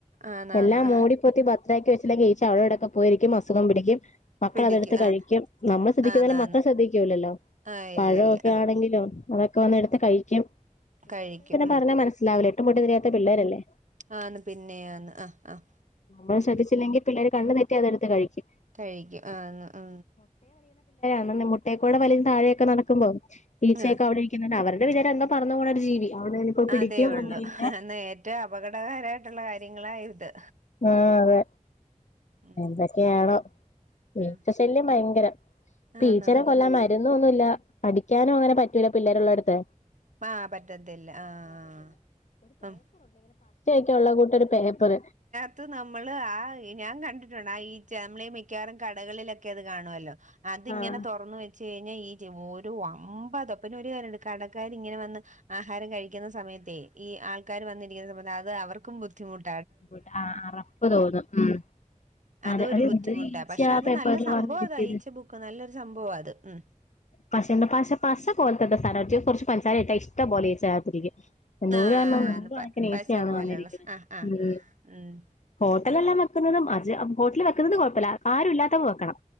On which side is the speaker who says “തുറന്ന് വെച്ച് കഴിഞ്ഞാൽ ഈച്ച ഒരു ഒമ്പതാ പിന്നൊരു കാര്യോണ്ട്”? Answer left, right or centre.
Right